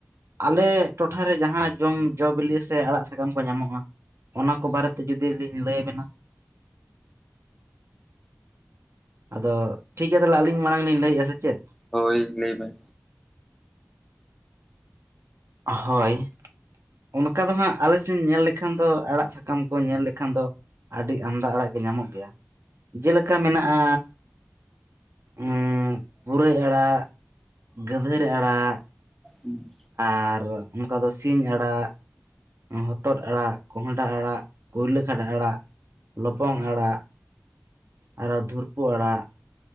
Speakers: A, on the right; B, in the centre.
A: ᱟᱞᱮ ᱴᱚᱴᱷᱟᱨᱮ ᱡᱟᱦᱟᱸ 'ᱡᱚᱢ, ᱡᱚ-ᱵᱤᱞᱤ' ᱥᱮ 'ᱟᱲᱟᱜ, ᱥᱟᱠᱟᱢ' ᱠᱚ ᱧᱟᱢᱚᱜᱼᱟ᱾ ᱚᱱᱟ ᱠᱚ ᱵᱟᱨᱮᱛᱮ ᱡᱩᱫᱤ ᱞᱤᱧ ᱞᱟᱹᱭ ᱵᱮᱱᱟ? ᱟᱫᱚ ᱴᱷᱤᱠ ᱜᱮᱭᱟ ᱛᱟᱞᱮ ᱟᱹᱞᱤᱧ ᱢᱟᱲᱟᱝ ᱞᱤᱧ ᱞᱟᱹᱭᱮᱜᱼᱟ, ᱥᱮ ᱪᱮᱫ?
B: ᱦᱳᱭ, ᱞᱟᱹᱭ ᱵᱮ
A: ᱦᱳᱭ᱾ ᱚᱱᱠᱟ ᱫᱚ ᱦᱟᱸᱜ, ᱟᱞᱮᱥᱮᱱ ᱧᱮᱞ ᱞᱮᱠᱷᱟᱱ ᱫᱚ, ᱟᱲᱟᱜ, ᱥᱟᱠᱟᱢ ᱠᱚ ᱧᱮᱞ ᱞᱮᱠᱷᱟᱱ ᱫᱚ, ᱟᱹᱰᱤ ᱟᱢᱫᱟ ᱟᱲᱟᱜ ᱜᱮ ᱧᱟᱢᱚᱜ ᱜᱮᱭᱟ᱾ ᱡᱮᱞᱮᱠᱟ ᱢᱮᱱᱟᱜᱼᱟ, ᱩᱸ ᱯᱩᱨᱟᱹᱭ ᱟᱲᱟᱜ, ᱜᱟᱺᱫᱷᱟᱹᱨᱤ ᱟᱲᱟᱜ,
B: ᱩᱸ᱾
A: ᱟᱨ ᱚᱱᱠᱟ ᱫᱚ ᱥᱤᱧ ᱟᱲᱟᱜ, ᱦᱚᱛᱚᱫ ᱟᱲᱟᱜ, ᱠᱚᱸᱦᱰᱟ ᱟᱲᱟᱜ, ᱠᱩᱭᱞᱟ. ᱠᱷᱟᱰᱟ ᱟᱲᱟᱜ, ᱞᱚᱯᱚᱝ ᱟᱲᱟᱜ, ᱟᱨᱚ ᱫᱷᱩᱨᱯᱩ ᱟᱲᱟᱜ,